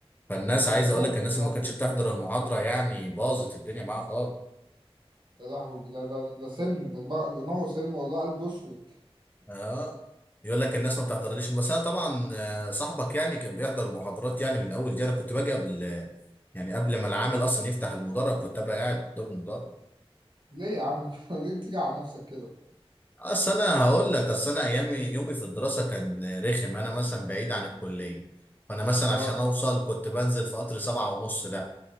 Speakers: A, on the left; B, on the right.
A: فالناس عايز
B: بجد
A: اقول لك الناس
B: والله.
A: اللي ما كانتش بتحضر المحاضره يعني باظت الدنيا معاها خالص
B: يا لهوي ده ده ده ده سم ده دماغ- دماغه سم والله قلبه اسود
A: اه يقول لك الناس ما بتحضرليش بس انا طبعا آه، صاحبك يعني كان بيحضر المحاضرات يعني من اول دي انا كنت باجي قبل يعني قبل ما العامل اصلا يفتح المدرج كنت ابقى قاعد قدام المدرج
B: <laughs> ليه يا عم <laughs> كده؟ ليه تيجي على نفسك كده
A: اصل انا هقول لك اصل انا ايامي يومي في الدراسه كان رخم انا مثلا بعيد عن الكليه فانا مثلا
B: ده-
A: عشان
B: آه،
A: اوصل كنت بنزل في قطر سبعة ونص ده